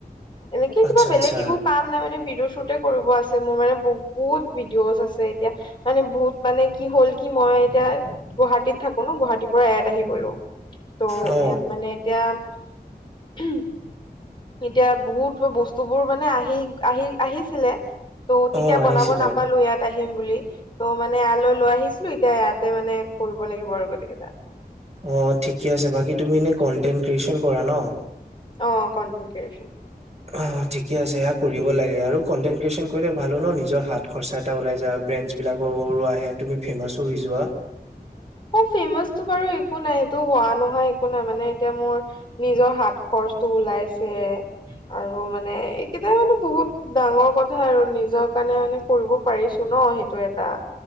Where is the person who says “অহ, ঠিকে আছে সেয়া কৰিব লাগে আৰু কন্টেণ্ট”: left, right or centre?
Right